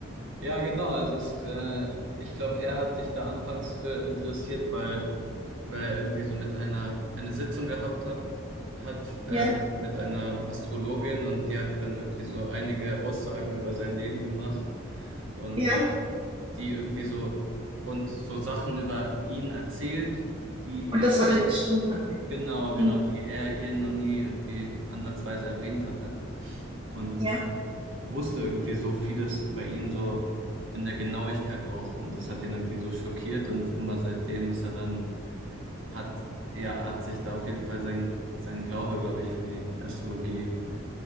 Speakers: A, on the right; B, on the right.
A: ja, genau. Also es, äh, ich glaube, er hat sich da anfangs für interessiert, weil, weil er irgendwie so mit einer eine Sitzung gehabt hab, hat ähm,
B: Ja,
A: mit einer Astrologin und die hat dann irgendwie so einige Aussagen über sein Leben gemacht und
B: ja.
A: die irgendwie so und so Sachen über ihn erzählt, die er
B: Und das hat
A: ihr
B: dann gestimmt.
A: Genau, genau,
B: Mhm.
A: die er ihr noch nie irgendwie ansatzweise erwähnt hatte. Und
B: Ja.
A: sie wusste irgendwie so vieles über ihn, so in der Genauigkeit auch. Und das hat ihn irgendwie so schockiert. Und immer seitdem ist er dann, hat, ja, hat sich da auf jeden Fall sein, sein Glaube, glaube ich, für die Astrologie